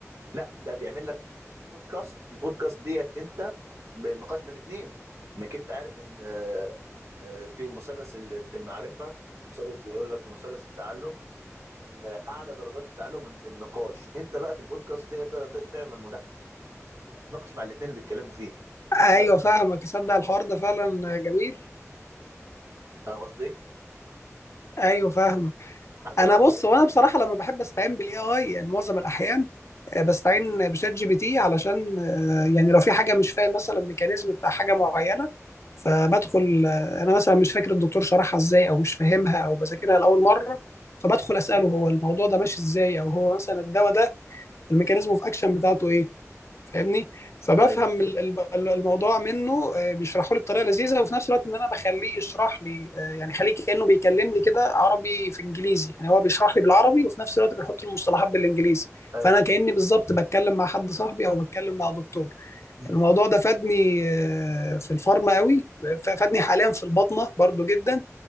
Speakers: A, on the right; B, on the left.
A: لا ده بيعمل لك بودكاست البودكاست ديت انت بنقاش بين اتنين انك انت عارف ان آه، آه، في مثلث ال- المعرفه ومثلث يقول لك مثلث التعلم ان اعلى درجات التعلم الن- النقاش انت بقى في البودكاست ديت تقدر ت- تعمل مداخله تتناقش مع الاتنين اللي بيتكلموا فيه
B: ايوه
A: ذكاء اصطناعي.
B: فاهمك تصدق الحوار ده فعلا آه، جميل
A: فاهم قصدي؟
B: ايوه فاهمك
A: حاجه
B: انا
A: رهيبه
B: بص
A: جدا
B: وانا بصراحه لما بحب استعين بالاي اي يعني معظم الاحيان آه، بستعين بشات جي بي تي علشان آه، يعني لو في حاجه مش فاهم مثلا ميكانيزم بتاع حاجه معينه فبدخل آه، انا مثلا مش فاكر الدكتور شرحها ازاي او مش فاهمها او بذاكرها لاول مره فبدخل اساله هو الموضوع ده ماشي ازاي او هو مثلا الدواء ده الميكانيزم اوف اكشن بتاعته ايه فاهمني فبفهم
A: ايوه
B: ال- ال- ال- الموضوع منه آه، بيشرحه لي بطريقه لذيذه وفي نفس الوقت ان انا بخليه يشرح لي آه، يعني خليه كانه بيكلمني كده عربي في انجليزي يعني هو بيشرح لي بالعربي وفي نفس الوقت بيحط المصطلحات بالانجليزي
A: ايوه
B: فانا كاني بالظبط بتكلم مع حد صاحبي او بتكلم مع دكتور
A: مم.
B: الموضوع ده فادني آه، في الفارما قوي ف- فادني حاليا في البطنه برضو جدا